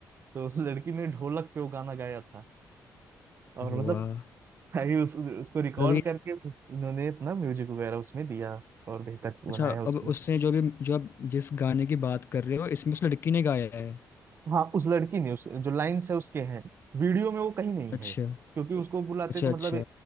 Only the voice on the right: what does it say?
तो उस लड़की ने ढोलक पे वो गाना गाया था और
मतलब <laughs> भाई उस, उसको रिकॉर्ड
करके फिर इन्होंने अपना म्यूजिक वगैरह उसमें दिया और बेहतर
बनाया उसको
हाँ उस लड़की ने उस जो लाइंस है उसके हैं वीडियो में वो कहीं नहीं
है क्योंकि उसको बुलाते
तो
मतलब